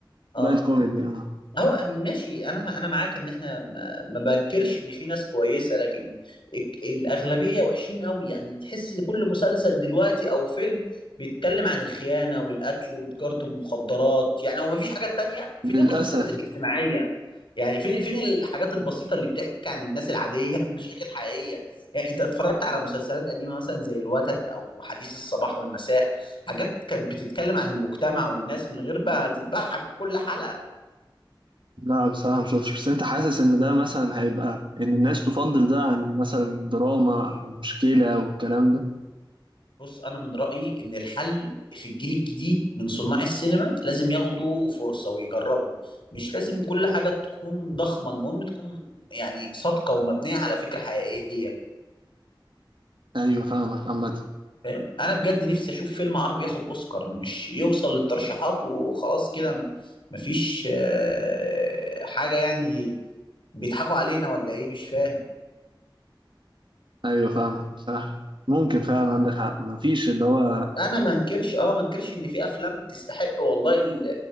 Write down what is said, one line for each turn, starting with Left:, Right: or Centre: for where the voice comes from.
Right: لايت
Left: اه
Right: كوميدي اه
Left: هو ماشي انا انا معاك ان احنا ما, ما بنكرش ان في ناس كويسه لكن الك- الاغلبيه وحشين قوي يعني تحس كل مسلسل دلوقتي او فيلم بيتكلم عن الخيانه والقتل وتجاره المخدرات يعني هو ما فيش حاجه تانية فين
Right: للاسف
Left: المسلسلات الاجتماعيه يعني فين فين الحاجات البسيطه اللي بتحكي عن الناس العاديه <laughs> بمشاكل حقيقيه يعني انت اتفرجت على مسلسلات قديمه مثلا زي الوتد او حديث الصباح والمساء حاجات كانت بتتكلم عن المجتمع والناس من غير بقى تتبعها كل حلقه
Right: لا بصراحه ما شفتش بس انت حاسس ان ده مثلا هيبقى ان الناس تفضل ده عن مثلا دراما او مشكله والكلام ده
Left: بص انا من رايي ان الحل في الجيل الجديد من صناع السينما لازم ياخدوا فرصه ويجربوا مش لازم كل حاجه تكون ضخمه المهم تكون يعني صادقه ومبنيه على فكره حقيقيه
Right: ايوه فاهمك عامه
Left: فاهم انا بجد نفسي اشوف فيلم عربي ياخد اوسكار مش يوصل للترشيحات وخلاص كده ما مفيش آه، حاجه يعني بيضحكوا علينا ولا ايه مش فاهم
Right: ايوه فاهمك صح ممكن فعلا عندك حق مفيش اللي هو
Left: انا ما انكرش اه ما انكرش ان في افلام تستحق والله ال-